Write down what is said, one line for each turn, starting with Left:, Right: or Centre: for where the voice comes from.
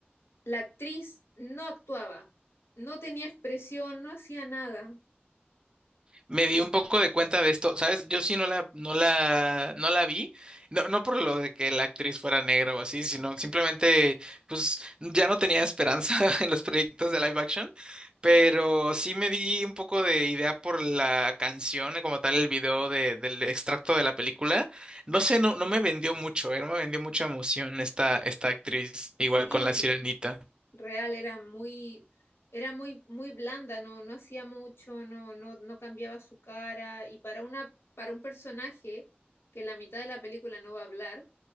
Left: la actriz no actuaba, no tenía expresión, no hacía nada.
Right: Me di un poco de cuenta de esto, ¿sabes? Yo sí no la, no la, no la vi, no, no por lo de que la actriz fuera negra o así, sino simplemente, pues, ya no tenía esperanza <laughs> en los proyectos de live action, pero sí me di un poco de idea por la canción, como tal, el video de- del extracto de la película. No sé, no, no me vendió mucho, eh, no me vendió mucha emoción esta, esta actriz, igual
Left: Sí,
Right: con la Sirenita.
Left: real era muy era muy muy blanda, no no hacía mucho, no no no cambiaba su cara y para una para un personaje que la mitad de la película no va a hablar,